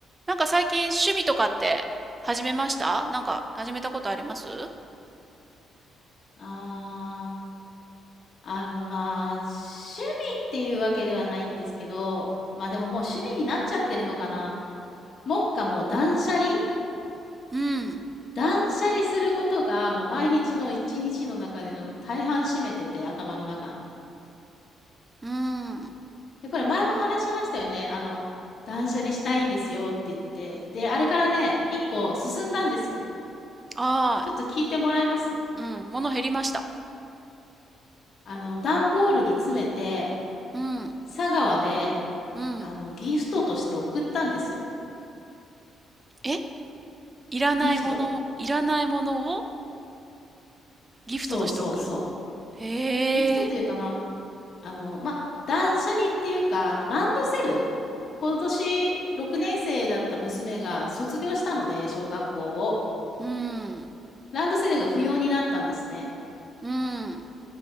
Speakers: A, on the right; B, on the left.
A: なんか最近趣味とかって始めましたなんか始めたことあります
B: ああ、あの、まあ、趣味っていうわけではないんですけど、まあでももう趣味になっちゃってるのかな。目下もう断捨離
A: うん。
B: 断捨離することがもう毎日の一日の中での大半占めてて、頭の中の。
A: うん。あ
B: で、これ前も話しましたよね。あの、断捨離したいんですよって言って。で、あれからね、一個進んだんですよ。
A: あ、
B: ちょっと聞いてもらえます
A: うん。物減りました。
B: あの、段ボールに詰めて、
A: うん。
B: 佐川で、
A: うん。
B: あの、ギフトとして送ったんですよ。
A: えいらないもの、
B: ギフト。
A: いらないものをギフトとして送るの。
B: そうそうそう。
A: へえ。
B: ギフトというか、まあ、あの、まあ、断捨離っていうか、あの、ランドセル今年6年生だった娘が卒業したので、小学校を。
A: うん。
B: ランドセルが不要になったんですね。
A: うん。